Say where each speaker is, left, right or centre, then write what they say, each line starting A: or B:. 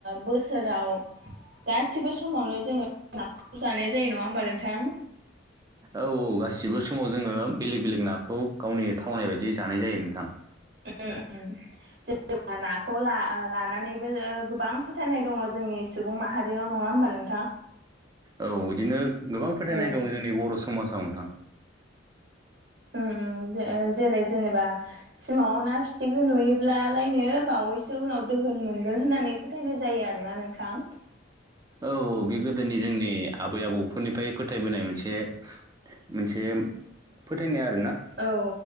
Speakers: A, on the right; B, on the right.
A: बोसोराव आव गासिबो समावनो जोङो नाखौ जानाय जायो नङा होमबा नोंथां?
B: औ औ गासिबो समाव जोङो बेलेग बेलेग नाखौ गावनि थावनाय बायदि जानाय जायो नोंथां ।
A: उम जेनबा नाखौ ला लानानैबो गोबां फोथायनाय दङ जोंनि सुबुं माहारिनाव नङा होनोमबा नों
B: औ इदिनो गोबां फोथायनाय
A: औ
B: दं जोंनि बर' समाजाव नोंथां।
A: उम उम जेरै जेनेबा सिमांआव ना फि थिख्रि नुयोब्लालायनो बावैसो उनाव दोहोन मोनगोन होननानै फोथायनाय जायो आरोना नोंथां। <inaudible>
B: औ औ बे गोदोनि जोंनि आबै आबौफोरनिफ्राय फोथायबोनाय मोनसे मोनसे फोथायनाया
A: औ